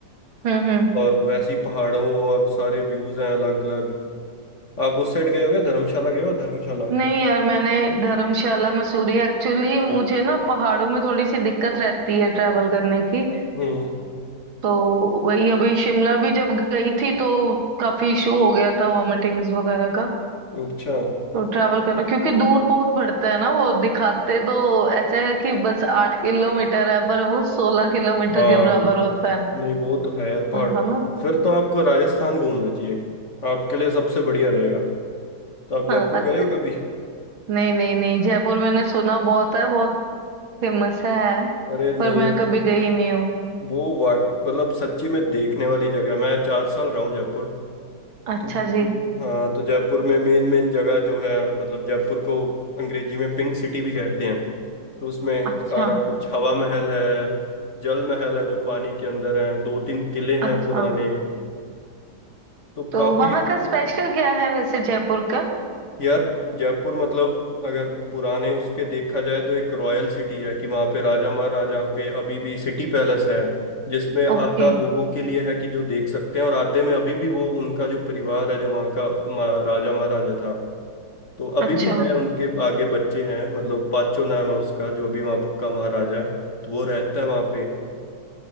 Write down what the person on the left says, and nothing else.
और वैसे ही पहाड़ों और सारे व्यूज हैं अलग अलग आप उस साइड गए हो क्या धर्मशाला गए हो धर्मशाला
हम्म
अच्छा
हाँ
नहीं वो तो है यार पहाड़
फिर तो आपको राजस्थान घूमना चाहिए आपके लिए सबसे बढ़िया रहेगा तो आप जयपुर
गए हो कभी
अरे
नहीं
वो वाट मतलब सच्ची में देखने वाली जगह है। मैं चार साल रहा हूँ जयपुर
तो
हाँ तो जयपुर में मेन मेन जगह जो है मतलब जयपुर को अंग्रेजी में पिंक सिटी भी कहते हैं तो उसमें
सारा कुछ हवा महल है जल महल है जो पानी के अंदर है दो तीन किले हैं
पुराने तो
काफी
यार जयपुर मतलब अगर पुराने उसके देखा जाए तो एक रॉयल सिटी है कि वहाँ पे राजा महाराजाओं के अभी भी सिटी पैलेस है जिसमें आधा
लोगों के लिए है कि जो देख सकते हैं और आधे में अभी भी वो उनका जो परिवार है जो वहाँ का मा- राजा महाराजा था तो अभी
भी है उनके आगे बच्चे हैं मतलब पाचो नाम है उसका जो अभी वहाँ का महाराजा है तो वो रहता है वहाँ पे